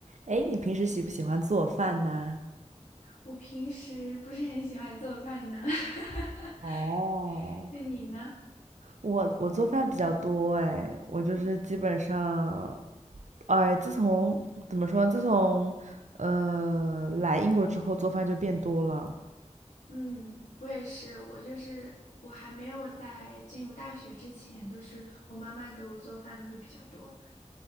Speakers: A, on the right (about 70°); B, on the left (about 80°).
A: 哎，你平时喜不喜欢做饭呢？
B: 我平时不是很喜欢做饭呢，<laughs>
A: 哦，
B: 那你呢？
A: 我我做饭比较多哎，我就是基本上，哎，自从怎么说，自从呃来英国之后，做饭就变多了。
B: 嗯，我也是，我就是我还没有在进入大学之前，都是我妈妈给我做饭的会比较多。